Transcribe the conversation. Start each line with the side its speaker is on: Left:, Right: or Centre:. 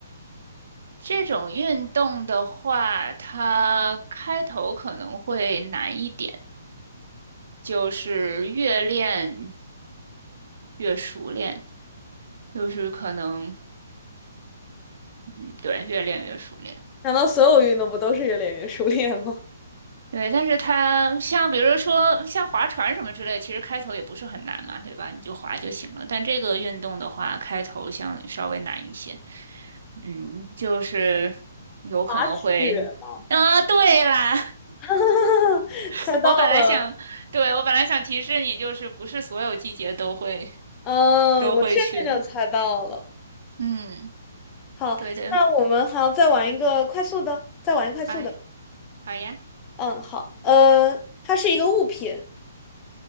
Right: 这种运动的话，它开头可能会难一点，就是越练越熟练，就是可能，嗯，对，越练越熟练。
Left: 难道所有运动不都是越练越熟练吗？
Right: 对，但是它像比如说像划船什么之类，其实开头也不是很难嘛，对吧？你就划就行了。但这个运动的话，开头像稍微难一些，嗯，就是有可能会，
Left: <laughs> 滑雪吗？
Right: 啊，对啦，
Left: <laughs>
Right: <laughs>
Left: 猜到了，
Right: 我本来想，对，我本来想提示你，就是不是所有季节都会
Left: 嗯，
Right: 都会去的，
Left: 我现在就猜到了。
Right: 嗯，
Left: 好，
Right: 对的，
Left: 那我们还要再玩一个快速的，再玩一个快速的。
Right: 哎，好呀，
Left: 嗯，好，呃，它是一个物品，